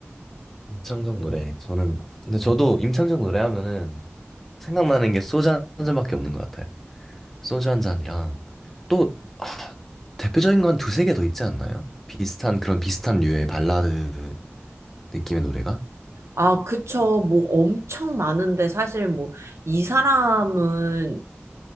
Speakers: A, in the centre; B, on the right.
A: 임창정 노래. 저는 근데 저도 임창정 노래 하면은 생각나는 게 소주 한 잔밖에 없는 것 같아요. 소주 한 잔이랑 또 아, 대표적인 건 두세 개 더 있지 않나요? 비슷한 그런 비슷한 류의 발라드 느낌의 노래가?
B: 아, 그쵸. 뭐 엄청 많은데 사실 뭐 이 사람은